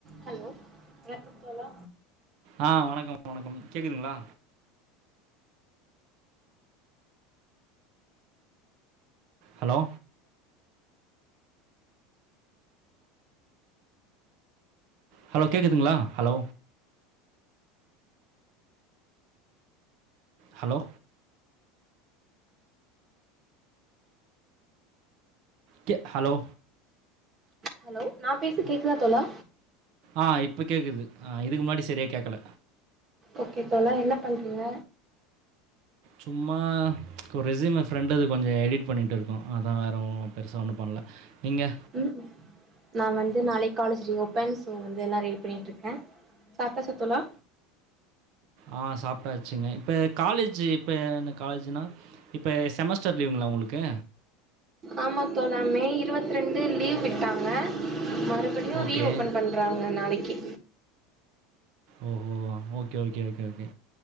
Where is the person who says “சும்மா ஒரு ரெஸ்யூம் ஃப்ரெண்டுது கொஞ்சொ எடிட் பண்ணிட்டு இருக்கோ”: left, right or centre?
Right